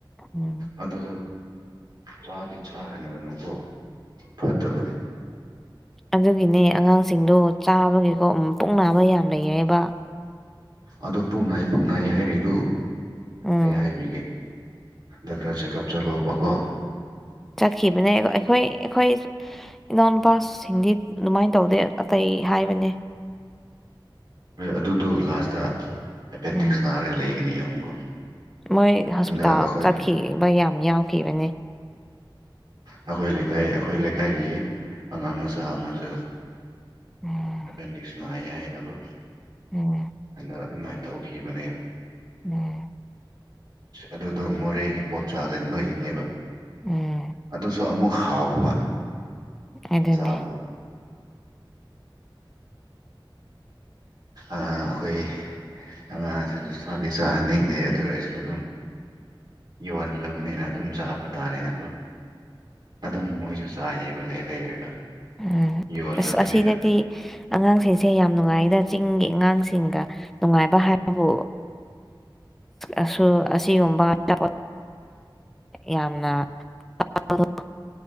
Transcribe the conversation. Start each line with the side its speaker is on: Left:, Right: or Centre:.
Centre: ꯎꯝ
Right: ꯑꯗꯨ ꯆꯥꯗꯤ ꯆꯥꯍꯟꯒꯅꯨꯀꯣ ꯐꯠꯇꯕꯅꯤ
Centre: ꯑꯗꯨꯒꯤꯅꯦ ꯑꯉꯥꯡꯁꯤꯡꯗꯣ ꯆꯥꯕꯒꯤꯀꯣ ꯄꯨꯛ ꯅꯥꯕ ꯌꯥꯝ ꯂꯩꯌꯦꯕ
Right: ꯑꯗꯨ ꯄꯣꯛꯅꯥꯏ ꯄꯨꯛꯅꯥꯏ ꯍꯥꯏꯔꯤꯛꯏꯗꯨ
Centre: ꯎꯝ
Right: ꯑꯩ ꯍꯥꯏꯕꯤꯒꯦ ꯗꯣꯛꯇꯔ ꯆꯦꯛꯀꯑꯞ ꯆꯂꯣꯕꯒꯣ
Centre: ꯆꯠꯈꯤꯕꯅꯦ ꯑꯩꯈꯣꯏ ꯑꯩꯈꯣꯏ ꯏꯅꯥꯎꯄꯥꯁꯤꯡꯗꯤ ꯑꯗꯨꯃꯥꯏꯅ ꯇꯧꯗꯦ ꯑꯇꯩ ꯍꯥꯏꯕꯅꯦ
Right: ꯑꯗꯨꯗꯨ ꯂꯥꯁꯇ ꯑꯦꯄꯦꯟꯗꯤꯛꯁ
Centre: ꯎꯝ
Right: ꯅꯥꯔꯒ ꯂꯩꯒꯅꯤ ꯌꯦꯡꯉꯨꯀꯣ
Centre: ꯃꯣꯏ ꯍꯣꯁꯄꯤꯇꯥꯜ
Right: ꯍꯟꯗꯛ ꯑꯩꯈꯣꯏ
Centre: ꯆꯠꯈꯤꯕ ꯌꯥꯝ ꯌꯥꯎꯈꯤꯕꯅꯦ
Right: ꯑꯩꯈꯣꯏ ꯂꯩꯀꯥꯏ ꯑꯩꯈꯣꯏ ꯂꯩꯀꯥꯏꯒꯤ ꯑꯉꯥꯡ ꯃꯆꯥ ꯑꯃꯁꯨ
Centre: ꯎꯝ
Right: ꯑꯄꯦꯟꯗꯤꯛꯁꯅꯏ ꯍꯥꯏꯅꯈ
Centre: ꯎꯝ
Right: ꯑ ꯑ ꯑꯗꯨ ꯇꯧꯈꯤꯕꯅꯦꯕ
Centre: ꯎꯝ
Right: ꯑꯗꯨꯗꯣ ꯃꯣꯔꯦꯒꯤ ꯄꯣꯠ ꯆꯥꯒꯟꯕꯒꯤꯅꯦꯕ
Centre: ꯎꯝ
Right: ꯑꯗꯨꯁꯨ ꯑꯃꯨꯛ ꯍꯥꯎꯕ
Centre: ꯑꯗꯨꯗꯅꯦ
Right: ꯆꯥꯕꯗ ꯑꯩꯈꯣꯏ ꯑꯉꯥꯡꯁꯤꯡꯁꯨ ꯆꯗꯤ ꯆꯥꯍꯟꯅꯤꯡꯗꯦ ꯑꯗꯨ ꯑꯣꯏꯔꯁꯨ ꯑꯗꯨꯝ ꯌꯣꯍꯜꯂꯕꯅꯤꯅ ꯑꯗꯨꯝ ꯆꯥꯕ ꯇꯥꯔꯦꯅꯀꯣ ꯑꯗꯨꯝ ꯃꯣꯏꯁꯨ ꯆꯥꯏꯌꯦꯕ ꯂꯩ ꯂꯩꯔꯒ
Centre: ꯎꯝ
Right: ꯌꯣꯜꯂꯕꯅꯤꯅ
Centre: ꯑꯁꯤꯗꯗꯤ ꯑꯉꯥꯡꯁꯤꯡꯁꯦ ꯌꯥꯝ ꯅꯨꯡꯉꯥꯏꯗ ꯆꯤꯡꯒꯤ ꯑꯉꯥꯡꯁꯤꯡꯒ ꯅꯨꯡꯉꯥꯏꯕ ꯍꯥꯏꯕꯕꯨ ꯑꯁ ꯑ ꯑꯁꯤꯒꯨꯝꯕ ꯑꯆꯥꯄꯣ ꯌꯥꯝꯅ ꯑ